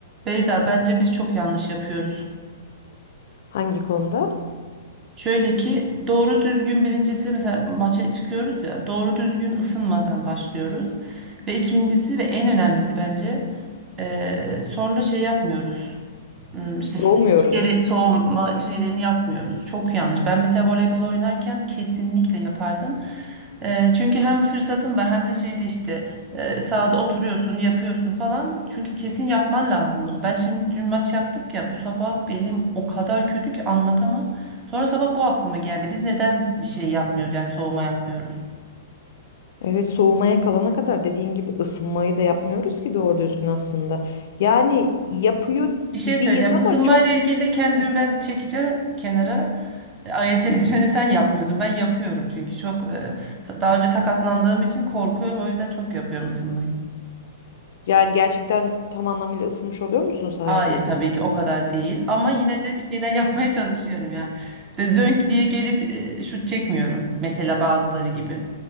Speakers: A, on the right; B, on the left.
A: Beyda bence biz çok yanlış yapıyoruz.
B: Hangi konuda?
A: Şöyle ki doğru düzgün birincisi mesela maça çıkıyoruz ya doğru düzgün ısınmadan başlıyoruz. Ve ikincisi ve en önemlisi bence eee, sonra şey yapmıyoruz. Hmm, işte streç
B: Doğmuyoruz.
A: geri soğuma şeylerini yapmıyoruz. Çok yanlış. Ben mesela voleybol oynarken kesinlikle yapardım. Ee, çünkü hem fırsatım var hem de şeyde işte e, sahada oturuyorsun, yapıyorsun falan. Çünkü kesin yapman lazım bunu. Ben şimdi dün maç yaptık ya bu sabah belim o kadar kötü ki anlatamam. Sonra sabah bu aklıma geldi. Biz neden bir şey yapmıyoruz yani soğuma yapmıyoruz?
B: Evet, soğumaya kalana kadar dediğin gibi ısınmayı da yapmıyoruz ki doğru düzgün aslında. Yani yapıyor
A: Bir şey
B: gibiyiz
A: söyleyeceğim.
B: ama
A: Isınmayla
B: çok
A: ilgili de kendimi
B: Hı.
A: ben çekeceğim kenara. E, Ayırt <laughs> edeceğini sen yapmıyorsun. Ben yapıyorum çünkü çok e, ta- daha önce sakatlandığım için korkuyorum. O yüzden çok yapıyorum ısınmayı.
B: yani gerçekten tam anlamıyla ısınmış oluyor musun sahaya
A: Hayır
B: girdiğinde?
A: tabii ki o kadar değil ama yine de bir şeyler <laughs> yapmaya çalışıyorum yani. De zönk diye gelip e, şut çekmiyorum. Mesela bazıları gibi.